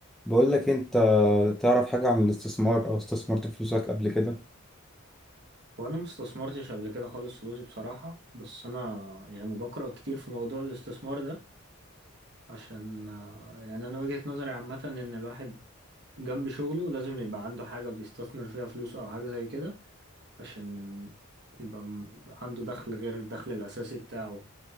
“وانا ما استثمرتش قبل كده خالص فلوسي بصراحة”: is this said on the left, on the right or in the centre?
Right